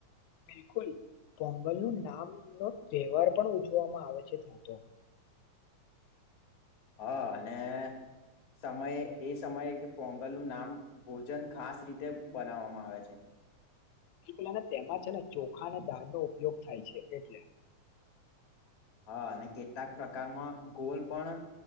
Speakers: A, on the left; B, on the left.
A: બિલકુલ પોંગલ નું નામ નો તહેવાર પણ ઉજવામાં આવે છે ત્યાં તો <inaudible>
B: હા અને સમયે એ સમયે કે પોંગલ નું નામ ભોજન ખાસ રીતે બનાવવામાં આવે છે
A: બિલકુલ અને તેમાં છે ને ચોખા અને દાળનો ઉપયોગ થાય છે એટલે
B: હા અને કેટલાક પ્રકારમાં ગોલ પણ